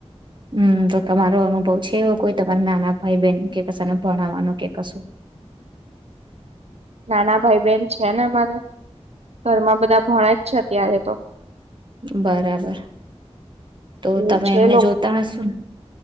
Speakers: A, on the right (about 45°); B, on the right (about 70°).
A: હમ તો તમારો અનુભવ છે એવો કોઈ તમારા નાના ભાઈ બહેન કે કશાને ભણાવવાનો કે કશું?
B: નાના ભાઈ બહેન છે ને અમારે ઘરમાં બધા ભણે જ છે અત્યારે તો.
A: બરાબર તો
B: એવું
A: તમે
B: છે
A: એમને
B: લોકો
A: જોતા હશો ને.